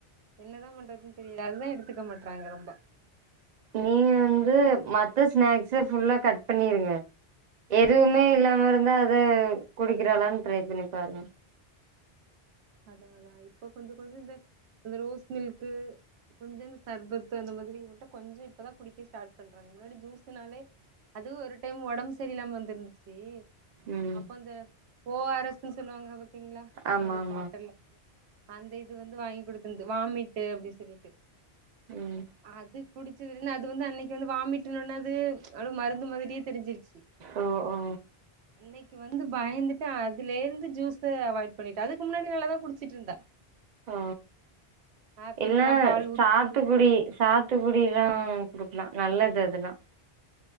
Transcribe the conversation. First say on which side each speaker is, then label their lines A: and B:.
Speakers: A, on the right (about 85°); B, on the right (about 50°).
A: என்னதாம் பண்றதுன் தெரில அதுதா எடுத்துக்க மாட்றாங்க ரொம்பா
B: நீங்க வந்து மத்த ஸ்நாக்ஸ ஃபுல்லா கட் பண்ணிருங்க எதுவுமே இல்லாம இருந்தா அத குடுக்கிறாளான் ட்ரைப் பண்ணி பாருங்க
A: அதா அதா இப்போ கொஞ்சோ கொஞ்சோ இந்த இந்த ரோஸ் மில்க்கு கொஞ்சோ இந்த சர்பத்து அந்த மாதிரி மட்டு கொஞ்சோ இப்பதா குடிக்க ஸ்டார்ட் பண்றாங்க முன்னாடி ஜூஸுனாலே அதுவு ஒரு டைம் ஒடம் செரியில்லாம வந்திருந்ச்சி
B: ம்
A: அப்போ அந்த ஓ ஆர் எஸ்ன்னு சொல்லுவாங்க பாத்தீங்ளா
B: ஆமா
A: ஒரு
B: ஆமா
A: பாட் அந்த இது வந்து வாங்கி குடுத்துந்து வாமிட்டு அப்டின் சொல்லிட்டு
B: ம்
A: அது குடிச்சிதுலந்து அது வந்து அன்னைக்கு வாமிட்டுனோன்ன அது அவுளு மருந்து மாதிரியே தெரிஞ்சிருச்சி
B: ஓ ஓ
A: அன்னைக்கு வந்து பயந்துட்டு அதுலேர்ந்து ஜூஸ அவாய்ட் பண்ணிட்ட அதுக்கு முன்னாடி நல்லாதா குடிச்சிட்ருந்தா
B: ஓ
A: ஆப்பிள்லா
B: என்ன
A: பால் ஊத்தி
B: சாத்துகுடி சாத் த்துகுடிலா குடுக்லா நல்லது அதுலா